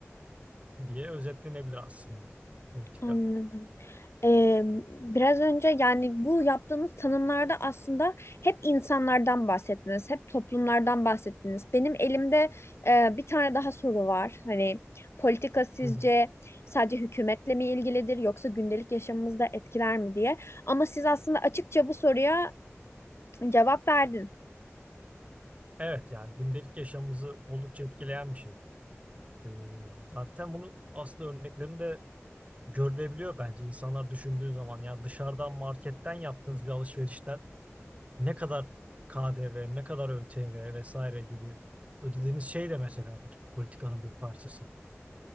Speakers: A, on the right; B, on the left.
A: diye özetlenebilir aslında politika.
B: anladım. Ee, biraz önce yani bu yaptığınız tanımlarda aslında hep insanlardan bahsettiniz, hep toplumlardan bahsettiniz. Benim elimde e, bir tane daha soru var. Hani politika sizce
A: Hı hı.
B: sadece hükümetle mi ilgilidir yoksa gündelik yaşamımızda etkiler mi diye. Ama siz aslında açıkça bu soruya cevap verdin.
A: Evet yani gündelik yaşamımızı oldukça etkileyen bir şey. E, zaten bunu aslında örneklerinde görülebiliyor bence. İnsanlar düşündüğü zaman ya dışarıdan marketten yaptığınız bir alışverişten ne kadar KDV, ne kadar ÖTV vesaire gibi ödediğiniz şey de mesela bir politikanın bir parçası.